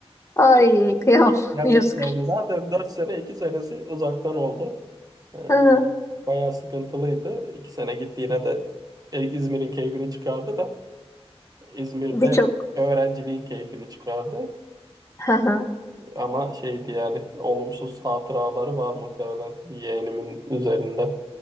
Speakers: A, on the left; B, on the right.
A: Ay kıyamam <laughs>
B: Yazdıklarımız
A: yazık.
B: zaten 4 sene 2 senesi uzaktan oldu. Ee,
A: Ha,
B: bayağı sıkıntılıydı. 2 sene gitti yine de e, İzmir'in keyfini çıkardı da İzmir'de
A: Birçok
B: öğrenciliğin keyfini çıkardı.
A: Hı hı.
B: Ama şeydi yani olumsuz hatıraları var muhtemelen yeğenimin üzerinde